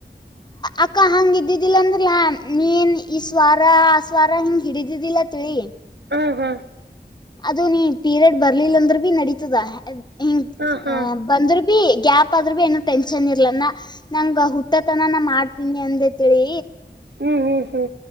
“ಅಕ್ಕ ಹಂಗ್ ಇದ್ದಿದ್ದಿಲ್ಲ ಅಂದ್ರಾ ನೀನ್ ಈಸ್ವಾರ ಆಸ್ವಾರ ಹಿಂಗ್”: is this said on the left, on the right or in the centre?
Left